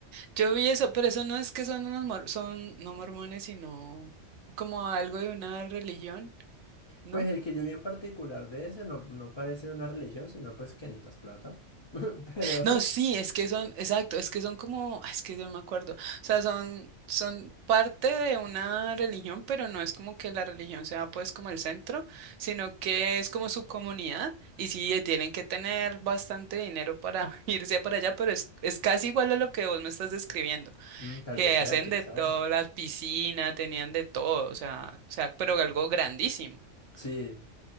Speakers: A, on the right; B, on the left.
A: Yo vi eso, pero eso no es que son unos mor- son no mormones, sino como algo de una religión, ¿no?
B: Pues el que yo vi en particular de ese no, no parece una religión, sino pues que necesitas plata. <laughs> Pero
A: No, sí, es que son, exacto, es que son como, es que yo me acuerdo, o sea, son, son parte de una religión, pero no es como que la religión sea pues como el centro, sino que es como su comunidad, y sí, eh, tienen que tener bastante dinero para <laughs> irse para allá, pero es, es casi igual a lo que vos me estás describiendo.
B: mm, tal
A: que
B: vez sea,
A: hacen
B: quién
A: de
B: sabe.
A: todo, las piscinas, tenían de todo, o sea, o sea, pero algo grandísimo. O
B: Sí,